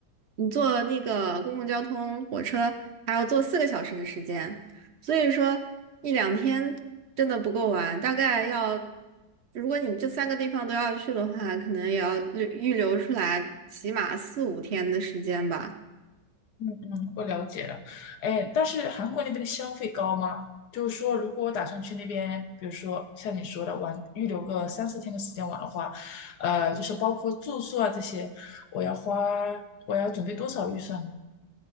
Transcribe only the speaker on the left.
嗯嗯，我了解了。哎，但是韩国那边的消费高吗？就是说，如果我打算去那边，比如说像你说的玩，预留个三四天的时间玩的话，呃，就是包括住宿啊这些，我要花，我要准备多少预算呢？